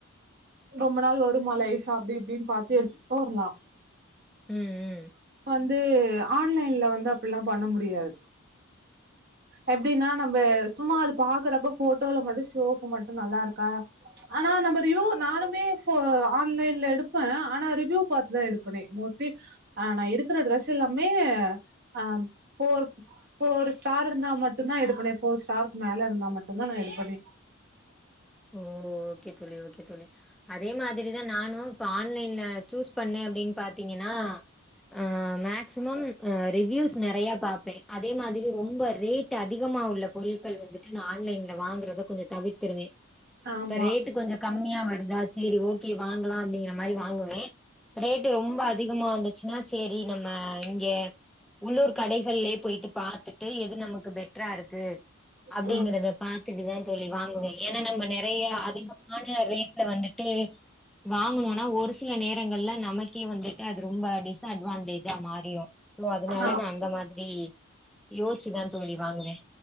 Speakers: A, on the right (about 45°); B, in the centre.
A: ரொம்ப நாள் வருமா லைஃப்பு அப்டி இப்டின்னு பாத்து எடுத்துட்டு வரலா
B: ம் ம்
A: வந்து ஆன்லைன்ல வந்து அப்டில்லா பண்ண மு <unintelligible> எப்டின்னா நம்ம சும்மா அது பாக்குறப்ப போட்டோல மட்டும் ஷோக்கு மட்டு நல்லாருக்கா ஆனா நம்ம ரிவு நானுமே ஆன்லைன்ல எடுப்பே ஆனா ரிவ்யூ பாத்துதா எடுப்பனே மோஸ்ட்லி ஆ நா இருக்கற ட்ரெஸ் எல்லாமே ஆம் போர் போர் ஸ்டார் இருந்தா மட்டுந்தா எடுபண்னே போர் ஸ்டாக்கு மேல இருந்தா மட்டுந்தா நா எடுப்பனே
B: ஓ! ஓகே தோழி, ஓகே தோழி அதே மாதிரிதா நானு இப்ப ஆன்லைன்ல சூஸ் பண்ணே அப்டின் பாத்தீங்கன்னா ஆ மேக்சிமம் அ ரிவ்யூஸ் நெறைய பாப்பே அதே மாதிரி ரொம்ப ரேட் அதிகமா உள்ள பொருட்கள் வந்துட்டு நா ஆன்லைன்ல வாங்குறத கொஞ்ச தவிர்த்துருவே
A: ஆமா
B: இப்ப ரேட்டு் கொஞ்ச கம்மியா வ அதாச் சரி ஓகே வாங்கலா அப்டிங்கிற மாரி வாங்குவே ரேட்டு ரொம்ப அதிகமா இருந்துச்சுன்னா சரி நம்ம இங்க உள்ளூர் கடைகள்லயே போய்ட்டு பாத்துட்டு எது நமக்கு பெட்ரா இருக்கு
A: ம்
B: அப்டிங்கறத பா இதுதா தோழி வாங்குவே ஏனா நம்ப நெறைய அதிகமான ரேட்ல வந்துட்டு வாங்கனுனா ஒரு சில நேரங்கள்ல நமக்கே வந்துட்டு அது ரொம்ப டிஸ்அட்வான்டேஜா மாறிரு சோ அதனால
A: ஆ
B: நா அந்த மாதிரி யோச்சிட் தா தோழி வாங்குவே